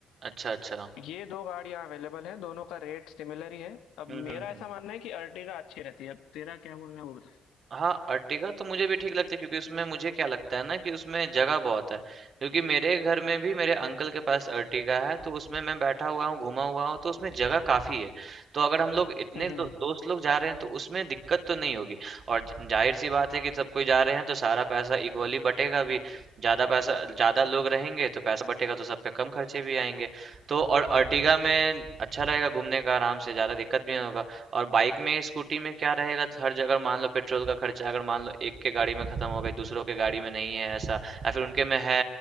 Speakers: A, on the right; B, on the left.
A: अच्छा अच्छा
B: ये 2 गाड़ियाँ अवेलेबल हैं, दोनों का रेट सिमिलर ही है। अब
A: हम्म हम्म
B: मेरा ऐसा
A: हम्म
B: मानना है कि अर्टिगा अच्छी रहती है, अब तेरा क्या बोलना है वो बता।
A: हाँ, अर्टिगा तो मुझे भी ठीक लगती है क्योंकि उसमें मुझे क्या लगता है ना कि उसमें जगह बहुत है क्योंकि मेरे घर में भी मेरे अंकल के पास अर्टिगा है तो उसमें मैं बैठा हुआ हूँ घुमा हुआ हूँ तो उसमें जगह काफी है तो अगर हम लोग इतने
B: हुँ,
A: दो,
B: हुँ।
A: दोस्त लोग जा रहे हैं तो उसमें दिक्कत तो नहीं होगी और ज- जाहिर सी बात है कि सब कोई जा रहे हैं तो सारा पैसा इक्वली बटेगा भी ज्यादा पैसा ज्यादा लोग रहेंगे तो पैसा बटेगा तो सब पे कम खर्चे भी आएंगे तो और अर्टिगा में अच्छा रहेगा घूमने का आराम से ज्यादा दिक्कत भी नहीं होगा और बाइक में स्कूटी में क्या रहेगा तो हर जगह मान लो पेट्रोल का खर्चा अगर मान लो एक के गाड़ी में खत्म हो गई दूसरों के गाड़ी में नहीं है ऐसा या फिर उनके में है